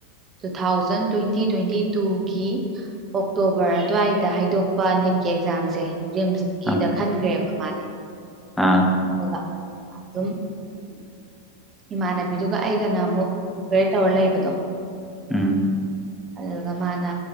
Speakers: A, on the right (about 25°); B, in the centre.
A: ꯇꯨ ꯊꯥꯎꯖꯟ ꯇ꯭ꯋꯦꯟꯇꯤ ꯇ꯭ꯋꯦꯟꯇꯤ ꯇꯨꯒꯤ ꯑꯣꯛ ꯇꯣꯕꯔ ꯑꯗꯨ꯭ꯋꯥꯏꯗ ꯍꯥꯏꯗꯣꯛꯄ ꯅꯤꯠꯀꯤ ꯑꯦꯛꯖꯥꯝꯁꯦ ꯔꯤꯝꯁꯀꯤꯗ
B: ꯑꯥ
A: ꯈꯟꯈ꯭ꯔꯦꯕ ꯃꯥꯗꯤ
B: ꯑꯥ
A: ꯑꯗꯨꯒ ꯑꯗꯨꯝ ꯏꯃꯥꯟꯅꯕꯤꯗꯨꯒ ꯑꯩꯒꯅ ꯑꯃꯨꯛ ꯄ꯭ꯔꯤꯄꯦꯌꯔ ꯇꯧꯔ ꯂꯩꯕꯗꯣ
B: ꯎꯝ
A: ꯑꯗꯨꯗꯨꯒ ꯃꯥꯅ